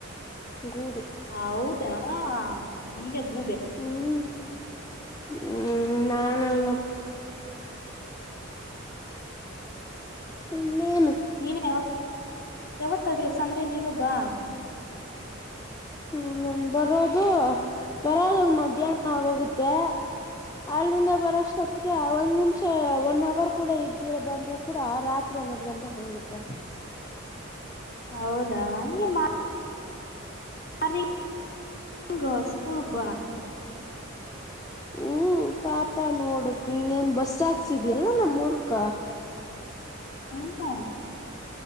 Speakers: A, on the left; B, on the left.
A: ಗೂಬೆ.
B: ಹೌದಾ ನೀನೇ ಗೂಬೆ.
A: ಹ್ಮ ಹ್ಮ ನಾನಲ್ಲ ಇನ್ನೇನು.
B: ನೀನು ಯಾವತ್ ಯಾವತ್ತಾದ್ರೂ ಸಂಜೆ ನೀನು ಬಾ.
A: ಹ್ಮ್ ನಾನ್ ಬರೋದು ಬರೋದಂಗ್ ಮಧ್ಯಾಹ್ನ ಆಗೋಗುತ್ತೆ. ಅಲ್ಲಿಂದ ಬರಷ್ಟತ್ಗೆ ಒಂದ್ ನಿಮಿಷ ಒನ್ ಅವರ್ ಕೂಡ ಇದ್ದೀರ ಬಂದ್ರೆ ಕೂಡ ರಾತ್ರ್ ತ್ರಿ ಹನ್ನೆರಡು ಗಂಟೆ ಹಾಗೊಗುತ್ತೆ.
B: ಹೌದಾ ಹಂಗೆ ಮಾ ಬರಿ ಇಂಗ್ ಸ್ಕೂಲ್ ಬಾ
A: ಹ್ಮ್ ಪಾಪ ನೋಡು ನೀನೇನ್ ಬಸ್ ಹಾಕ್ಸಿದಿಲ್ಲ ನಮ್ಮೂರಕ್ಕ.
B: ಏನಕ್ಕ